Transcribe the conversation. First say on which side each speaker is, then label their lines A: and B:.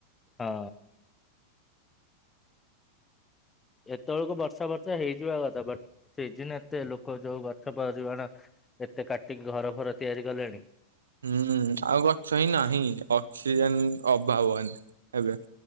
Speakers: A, on the left; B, on the right.
A: ଅ। ଏତେବେଳକୁ ବର୍ଷା ବର୍ଷା ହେଇଯିବା କଥା, ବଟ୍ ସିଜିନ୍ ଏତେ ଲୋକ ଯୋଉ ଗଛ ପରିମାଣ ଏତେ କାଟିକି ଘର ଫର ତିଆରି କଲେଣି।
B: ହୁଁ ଆଉ ଗଛ ହିଁ ନାହିଁ। ଅକ୍ସିଜେନ୍ ଅଭାବ ଏନେ ଏବେ